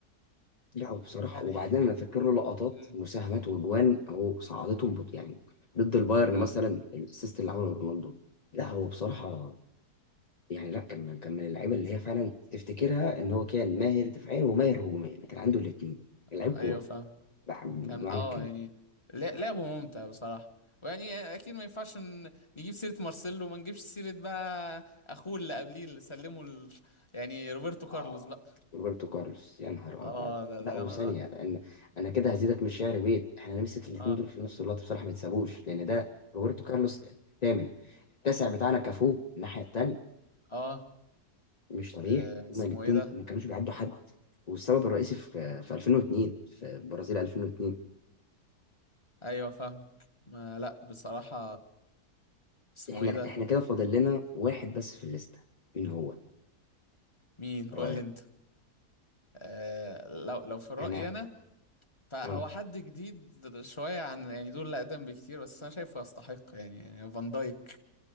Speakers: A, on the left; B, on the left.
A: لا هو بصراحه
B: يعني
A: وبعدين انا فاكر له لقطات
B: مم.
A: مساهمات واجوان اهو صعدتهم بط- يعني ضد البايرن
B: مم.
A: مثلا الاسيست اللي عمله رونالدو لا هو بصراحه يعني لا كان من- كان من اللعيبه اللي هي فعلا تفتكرها ان هو كان ماهر دفاعيا وماهر هجوميا كان عنده الاثنين لعيب
B: ايوه
A: كوره
B: فاهم
A: بح- بمعنى
B: كان اه
A: الكلمه
B: يعني لا- لعبه ممتع بصراحة ويعني اكيد ما ينفعش ن- نجيب سيرة مارسيلو ما نجيبش سيرة بقى اخوه اللي قبليه اللي سلمه ال... يعني روبرتو كارلوس
A: اه
B: بقى
A: روبرتو كارلوس يا نهار
B: اه
A: ابيض
B: ده
A: لا
B: ده
A: وثانيه
B: انا
A: ان انا كده هزيدك من الشعر بيت احنا نمسك الاثنين
B: اه
A: دول في نفس الوقت بصراحه ما يتسابوش لان ده روبرتو كارلوس الثامن التاسع بتاعنا كافو
B: مم.
A: الناحيه الثانيه
B: اه
A: مش طبيعي
B: آه،
A: هما
B: اسمه
A: الاثنين
B: ايه ده
A: ما كانوش بيعدوا حد والسبب الرئيسي في في 2002 في برازيل 2002
B: ايوه فاهم ما لا بصراحة اسمه
A: احنا
B: ايه ده
A: احنا كده فاضل لنا واحد بس في الليسته مين هو
B: مين قول
A: رأيك
B: لي انت آه لو لو في رأيي
A: انا
B: انا فهو
A: اه
B: حد جديد شوية عن يعني دول اللي اقدم بكتير بس انا شايفه يستحق يعني, يعني فان دايك